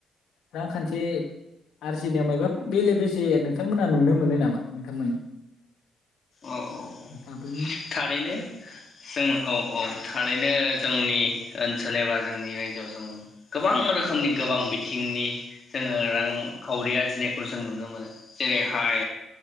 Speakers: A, on the left (about 75°); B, on the left (about 45°).
A: रांखान्थि आरजिनायाव मायबाफोर बेले-बेजे नोंथांमोना नुनो मोनो नामा नोंथांमोन?
B: औ औ औ
A: थाब्रोन <unintelligible>
B: थारैनो जों औ -औ थारैनो जोंनि ओनसोल एबा जोंनि रायजोआव जों गोबां रोखोमनि गोबां बिथिंनि जोङो रांखावरि आरजिनायखौ जों नुनो मोनो। जेरैहाय